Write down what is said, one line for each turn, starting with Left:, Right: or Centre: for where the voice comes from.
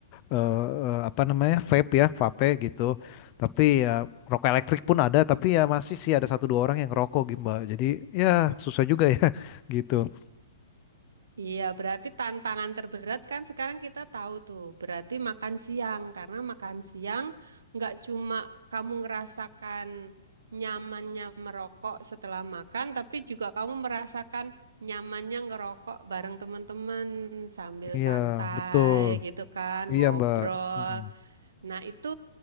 Left: eh, eh, apa namanya vape ya, vape gitu. Tapi ya rokok elektrik pun ada. Tapi ya masih sih ada satu dua orang yang ngerokok gitu Mbak. Jadi ya susah juga ya <laughs> gitu.
Right: Iya, berarti tantangan terberat kan sekarang kita tahu tuh, berarti makan siang. Karena makan siang nggak cuma kamu ngerasakan nyamannya merokok setelah makan, tapi juga kamu merasakan nyamannya ngerokok bareng teman-teman sambil
Left: Iya,
Right: santai
Left: betul.
Right: gitu kan,
Left: Iya
Right: ngobrol.
Left: Mbak. Mm-mm.
Right: Nah, itu